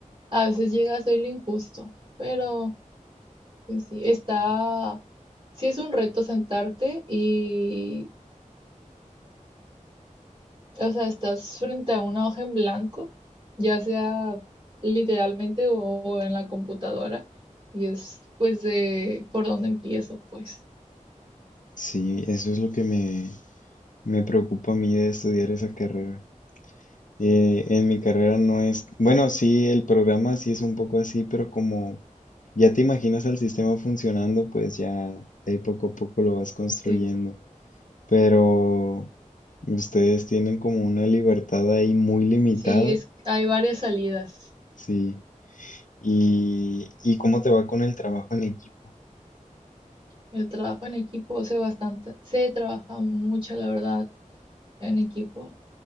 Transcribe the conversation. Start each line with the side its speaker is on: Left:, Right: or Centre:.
Right: A veces llega a ser injusto, pero pues sí, está, sí es un reto sentarte y, o sea, estás frente a una hoja en blanco, ya sea literalmente o en la computadora, y es pues de por dónde empiezo, pues,
Left: Sí, eso es lo que me, me preocupa a mí de estudiar esa carrera. Eh, en mi carrera no es, bueno, sí, el programa sí es un poco así, pero como ya te imaginas al sistema funcionando, pues ya ahí poco a poco lo vas construyendo.
Right: sí.
Left: Pero ustedes tienen como una libertad ahí muy limitada.
Right: Sí, es, hay varias salidas.
Left: Sí. y, y cómo te va con el trabajo en equipo.
Right: El trabajo en equipo se bastante, se trabaja mucho, la verdad, en equipo.